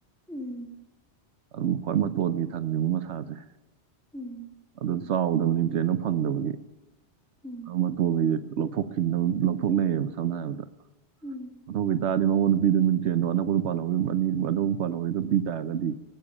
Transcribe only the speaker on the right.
ꯑꯗꯨꯝ ꯈ꯭ꯋꯥꯏ ꯃꯇꯣꯟꯒꯤ ꯊꯪꯉꯤꯕ ꯃꯁꯥꯁꯦ
ꯑꯗꯨ ꯆꯥꯎꯗꯕꯅꯤ ꯀꯩꯅ‌ꯣ ꯐꯪꯗꯕꯒꯤ
ꯑꯥ ꯃꯇꯣꯟꯒꯤ ꯂꯧꯊꯣꯛꯈꯤꯅꯕ ꯊꯣꯛꯅꯩꯌꯦꯕ ꯁꯝꯅ ꯍꯥꯏꯔꯕꯗ
ꯃꯊꯧ ꯈꯤꯇꯥꯔꯗꯤ ꯃꯃꯧ ꯅꯨꯄꯤꯗꯨ ꯃꯤꯡ ꯆꯦꯟꯗꯣ ꯑꯅꯛꯄꯗ ꯄꯜꯍꯧ ꯑꯅꯤ ꯑꯅꯧꯕ ꯄꯥꯜꯍꯧꯋꯤꯗ‌ꯣ ꯄꯤ ꯇꯥꯔꯒꯗꯤ